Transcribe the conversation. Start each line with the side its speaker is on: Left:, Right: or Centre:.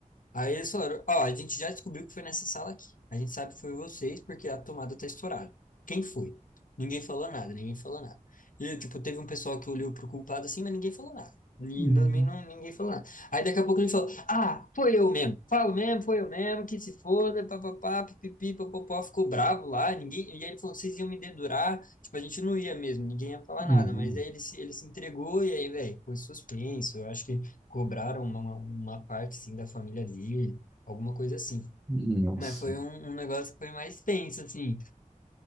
Left: Aí eles falaram, ó, a gente já descobriu que foi nessa sala aqui. A gente sabe que foi vocês porque a tomada tá estourada. Quem foi? Ninguém falou nada, ninguém falou nada. E, tipo, teve um pessoal que olhou pro culpado assim, mas ninguém falou nada. E
Centre: hum,
Left: não, não, ninguém falou nada. Aí daqui a pouco ele falou, ah, foi eu mesmo. Falo mesmo, foi eu mesmo, que se foda, papapá, pipipi, papopó, Ficou bravo lá, ninguém... E aí ele falou, vocês iam me dedurar. Tipo, a gente não ia mesmo, ninguém ia falar
Centre: hum.
Left: nada. Mas aí ele se, ele se entregou e aí, velho, foi suspenso. Eu acho que cobraram uma, uma parte, assim, da família dele, alguma coisa assim.
Centre: Nossa,
Left: Mas foi um, um negócio que foi mais tenso, assim.